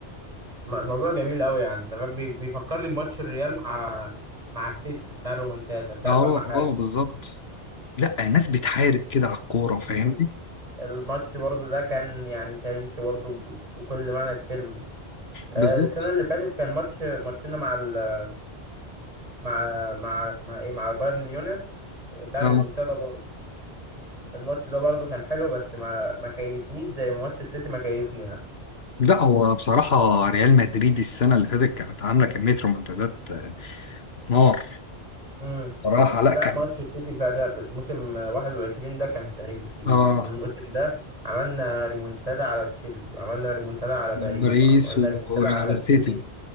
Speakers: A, on the right; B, on the left.
A: م- الموضوع جميل قوي يعني تمام بي- بيفكرني بماتش الريال مع مع السيتي بتاع الرومونتادا بتاع
B: اه
A: فما حاجة
B: اه بالظبط لا ناس بتحارب كده على الكورة فاهمني
A: مم. الماتش برضو ده كان يعني تاريخي برضو ب- بكل معنى الكلمة آه،
B: بالظبط
A: السنة اللي فاتت كان ماتش ماتشنا مع ال مع مع اسمها ايه مع بايرن ميونخ بتاع الريمونتادا
B: اه
A: برضو الماتش ده برضو كان حلو بس ما ما كيفنيش زي ماتش السيتي ما كيفني
B: لا هو بصراحة ريال مدريد السنة اللي فاتت كانت عاملة كمية رومنتادات آه، نار
A: يعني
B: بصراحة لا
A: لا
B: كان
A: ماتش السيتي بتاع ده- موسم 21 ده كان تاريخي
B: اه
A: الموسم ده عملنا ريمونتادا على تشيلسي وعملنا ريمونتادا على باريس
B: باريس
A: وعملنا
B: و-
A: ريمونتادا
B: وعلى
A: على السيتي
B: السيتي